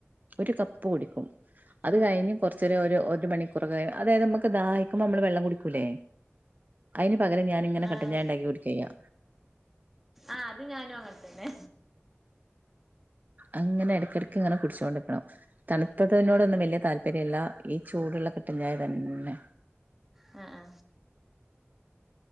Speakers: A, on the right; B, in the centre.
A: ഒരു കപ്പ് കുടിക്കും അത്
B: ആഹ്
A: കഴിഞ്ഞ്
B: ആഹ്
A: കൊറച്ചേര ഒരു ഒരു മണിക്ക് പുറകെ അതായത് നമുക്ക് ദാഹിക്കുമ്പോമ്മള് വെള്ളം കുടിക്കൂലേ അയിന് പകരം ഞാനിങ്ങനെ കട്ടഞ്ചായണ്ടാക്കി
B: ആഹ്
A: കുടിക്ക യാ
B: ആഹ് അത് ഞാനും അങ്ങനെ തന്നെ
A: അങ്ങനെ എടയ്ക്കിടയ്ക്ക് ഇങ്ങനെ കുടിച്ചോണ്ടക്കണം തണുത്തതിനോടൊന്നും
B: ആഹ്
A: വലിയ താല്പര്യല്ല ഈ ചൂടുള്ള കട്ടൻ ചായ തന്നെ
B: അ അ